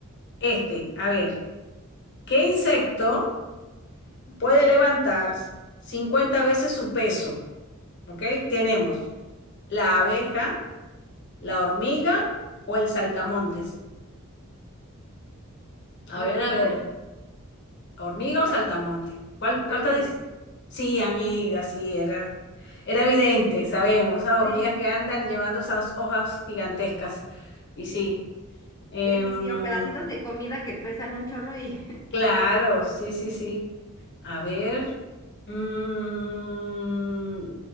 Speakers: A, on the left (about 55°); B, on the left (about 15°).
A: Este, a ver, ¿qué insecto
B: Ujú.
A: puede levantar 50 veces su peso? ¿Ok? Tenemos la abeja, la hormiga o el saltamontes.
B: ¿La
A: A ver,
B: hormiga?
A: a ver, ¿hormiga o
B: La
A: saltamontes? ¿Cuál, cuál
B: hormiga.
A: te dice? Sí, amiga, sí, era, era evidente, sabemos, esas hormigas
B: Sí,
A: que andan llevando esas hojas gigantescas. Y sí, em,
B: sí, sí, sí. O pedacitos de comida que pesan un chorro y...
A: claro, sí, sí, sí. A ver. mm,